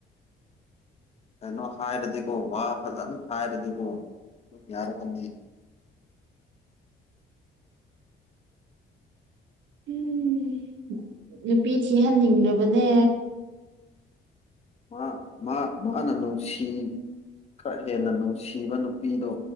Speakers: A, on the left; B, on the right.
A: ꯀꯩꯅꯣ ꯍꯥꯏꯔꯗꯤꯀꯣ ꯋꯥ ꯐꯖꯅ ꯍꯥꯏꯔꯗꯤꯀꯣ ꯑꯗꯨꯝ ꯌꯥꯔꯒꯅꯤ
B: ꯎꯝ ꯅꯨꯄꯤ ꯊꯤꯍꯟꯅꯤꯡꯕꯅꯦ
A: ꯃꯥ ꯃꯥ ꯃꯥꯅ ꯅꯨꯡꯁꯤ ꯈꯔ ꯍꯦꯟꯅ ꯅꯨꯡꯁꯤꯕ ꯅꯨꯄꯤꯗꯣ